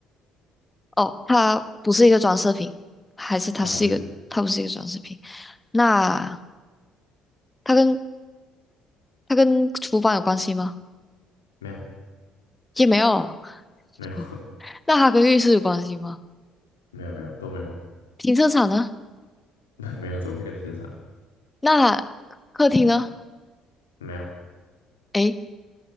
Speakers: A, on the left (about 15°); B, on the left (about 85°).
A: 哦，它不是一个装饰品，还是它是一个，
B: 他不是，
A: 它不是一个装饰品。那它跟它跟厨房有关系吗？
B: 没有，
A: 也没有。
B: 没有，
A: <laughs> 那它跟浴室有关系吗？
B: <laughs> 没有，没有，都没有，
A: 停车场呢？
B: <laughs> 没有，怎么会跟停车场？
A: 那客厅呢？
B: 没有，
A: 诶，